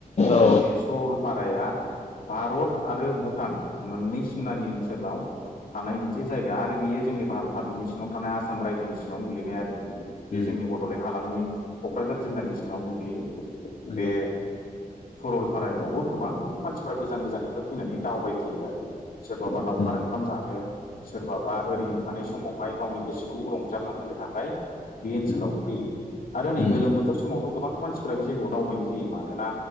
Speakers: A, on the left (about 45°); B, on the left (about 70°).
A: औ
B: बे सरलपाराया भारत आरो भुटान मोननै सिमानि ओनसोलाव थानाय‌ मोनसे जायगा आरो बियो जोंनि भारत हादरनि सिङावनो थानाय आसाम रायजोनि सिङावनो गोलैनाय आरो बे
A: उम
B: जों जोंनि बड'लेण्ड हालामनि क'क्राझार जिल्लानि सिङाव गोग्लैयो
A: नंगौ
B: बे सरलपारायावबो गोबां मानसिफ्रा गोजान गोजाननिथ' फैनानै दावबायफैयो आरो सोरबाबा लावउखार
A: उम
B: ओंखाम जानो सोरबाबा ओरैनो थानाय समावहाय गावनि गोसोखौ रंजाखांहोनो थाखाय बे
A: उम
B: ओनसोलाव फैयो आरो नै
A: उम
B: गोलोम बोथोर समावथ' गोबां मानसिफ्रा बे जायगायाव दावबायनो फैयो मानोना